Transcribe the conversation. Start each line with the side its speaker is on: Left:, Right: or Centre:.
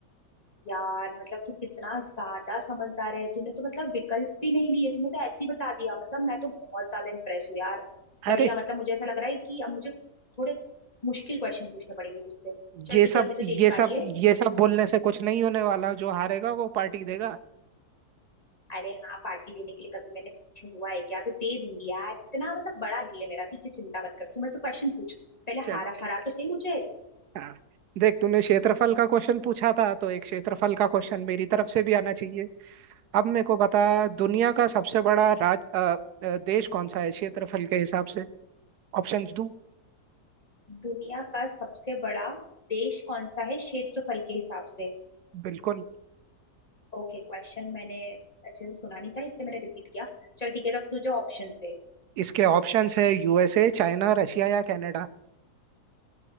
Left: यार मतलब तू कितना ज्यादा समझदार है तूने तो मतलब विकल्प भी नहीं लिए तूने तो ऐसे ही बता दिया मतलब मैं तो बहुत ज्यादा इम्प्रेस हूँ यार बढ़िया
Right: अरे
Left: मतलब मुझे ऐसा लग रहा है कि अब मुझे थोड़े मुश्किल क्वेश्चन पूछने पड़ेंगे तुझसे चल
Right: ये
Left: ठीक
Right: सब
Left: है अभी तो
Right: ये
Left: तेरी
Right: सब
Left: बारी है
Right: ये सब बोलने से कुछ नहीं होने वाला जो हारेगा वो पार्टी देगा
Left: अरे हाँ पार्टी देने के लिए कभी मैंने पीछे हुआ है क्या अभी दे दूंगी यार इतना मतलब बड़ा दिल है मेरा तू इतनी चिंता मत कर तू मुझसे क्वेश्चन पूछ पहले
Right: चल
Left: हारा
Right: ठीक
Left: हरा तो सही मुझे
Right: हाँ देख तूने क्षेत्रफल का क्वेश्चन पूछा था तो एक क्षेत्रफल का क्वेश्चन मेरी तरफ से भी आना चाहिए अब मेरे को बता दुनिया का सबसे बड़ा राज अ, अ, देश कौन सा है क्षेत्रफल के हिसाब से ऑप्शंस दूं
Left: दुनिया का सबसे बड़ा देश कौन सा है क्षेत्रफल के हिसाब से
Right: बिल्कुल
Left: ओके क्वेश्चन मैंने अच्छे से सुना नहीं था इसलिए मैंने रिपीट किया चल ठीक है तो अब मुझे ऑप्शंस दे
Right: इसके ऑप्शंस है यूएसए चाइना रशिया या कनाडा